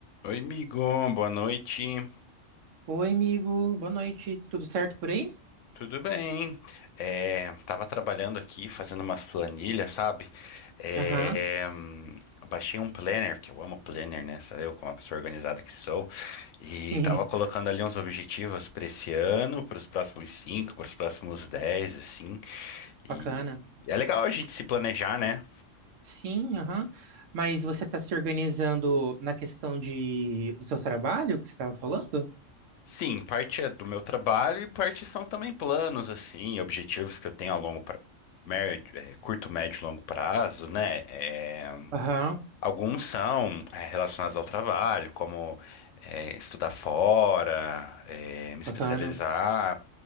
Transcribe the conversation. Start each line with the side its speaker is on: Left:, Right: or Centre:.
Left: Oi, amigo, boa noite.
Right: Oi, amigo. Boa noite. Tudo certo por aí?
Left: Tudo bem? É, tava trabalhando aqui, fazendo umas planilhas, sabe? É,
Right: Aham.
Left: hum, baixei um planner, que eu amo planner, né? Sabe eu, como uma pessoa organizada que sou. E
Right: Sim.
Left: tava colocando
Right: <laughs>
Left: ali uns objetivos para esse ano, para os próximos cinco, para os próximos dez, assim.
Right: Bacana.
Left: E é legal a gente se planejar, né?
Right: Sim, aham. Mas você está se organizando na questão de do seu trabalho que você estava falando?
Left: Sim, parte é do meu trabalho e parte são também planos, assim, objetivos que eu tenho a longo pra... médio, é, curto, médio e longo prazo, né? É,
Right: Aham.
Left: alguns são é, relacionados ao trabalho, como é, estudar fora, é, me especializar,
Right: Bacana.